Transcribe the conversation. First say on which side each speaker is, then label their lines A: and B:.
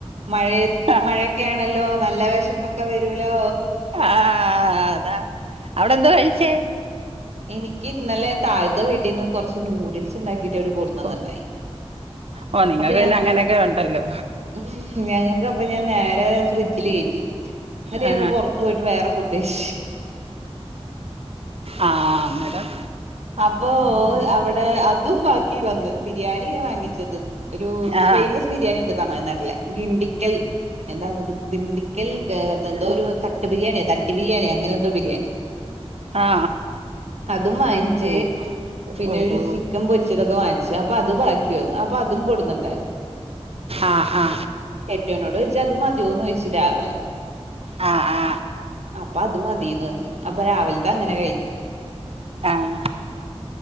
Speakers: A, on the right; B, on the right.
A: മഴയത്ത്
B: ആ,
A: മഴയൊക്കൊണല്ലോ നല്ല വിശപ്പൊക്കെ വരോലോ
B: ആഹ് അതാ അവിടെ എന്താ കഴിച്ചേ
A: എനിക്ക് ഇന്നലെ താഴത്തെ വീട്ടിൽന്ന് കൊറച്ച് നൂഡിൽസ് ഉണ്ടാക്കിട്ട് അവര് കൊടുന്നന്ന്ണ്ടായി
B: ഓ ഓ നിങ്ങൾക്ക്
A: അപ്പൊ ഞാന്
B: പിന്നെ അങ്ങനെയൊക്കെ ഉണ്ടല്ലോ
A: ഉം ഞങ്ങൾക്ക് അപ്പ ഞാൻ നേരെ നേരെ ഫ്രിഡ്ജില് കയറ്റി. എന്നിട്ട്
B: ആ
A: ഞങ്ങള് പുറത്ത് പോയിട്ട് വേറെ ഫുഡ് കഴിച്ച്
B: ആഹ് അന്നേരം
A: അപ്പൊ അവിടെ അതും ബാക്കി വന്ന് ബിരിയാണിയ വാങ്ങിച്ചത് ഒരു
B: ആ
A: ഫേമസ് ബിരിയാണി ഉണ്ട് തമിഴ്നാട്ടിലെ ഗിണ്ടിക്കൽ എന്താ ദിണ്ടിക്കൽ എന്തോ
B: ഓ
A: ഒരു തട്ട് ബിരിയാണിയോ തട്ടി ബിരിയാണിയോ അങ്ങനെ എന്തോ ബിരിയാണി
B: ആ
A: അതും വാങ്ങിച്ച്
B: ഓ
A: പിന്നെ
B: ഓ
A: ഒരു
B: ഓ
A: ചിക്കൻ പൊരിച്ചതൊക്കെ വാങ്ങിച്ച് അപ്പൊ അത് ബാക്കി വന്നു അപ്പൊ അതും കൊടുന്നുണ്ടായിരുന്നു
B: ആ ആ
A: കെട്ടിയോനോട് ചോയ്ച്ചു അത് മതിയോന്ന് ചോയ്ച്ച രാവിലെ
B: ആ ആ
A: അപ്പ അതു മതീന്ന് പറഞ്ഞു അപ്പൊ രാവിലത്തെ അങ്ങനെ കഴിഞ്ഞു
B: ആഹ്